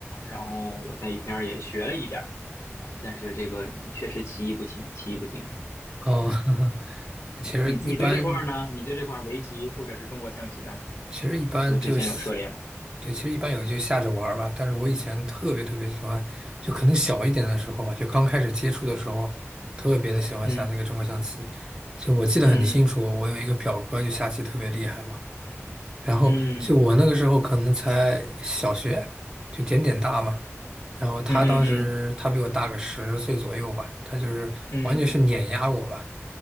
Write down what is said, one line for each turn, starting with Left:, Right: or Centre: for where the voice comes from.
Left: 然后我在一边儿也学了一点儿啊，但是这个确实棋艺不精，棋艺不精。
Right: 哦，<laughs> 其实一般，
Left: 你你对这块儿呢？你对这块儿围棋或者是中国象棋呢？
Right: 其实一般就喜
Left: 有之前有涉猎吗？
Right: 对，其实一般有就下着玩儿吧。但是我以前特别特别喜欢，就可能小一点的时候吧，就刚开始接触的时候，特别的喜欢下那个中国象棋。
Left: 嗯
Right: 就我记得很清楚，
Left: 嗯
Right: 我有一个表哥就下棋特别厉害嘛。然后就我那个时候可能才小学，
Left: 嗯
Right: 就点点大嘛。然后他当时他比我大个十岁左右吧，
Left: 嗯嗯嗯嗯嗯嗯。
Right: 他就是完全是碾压我吧，
Left: 嗯嗯嗯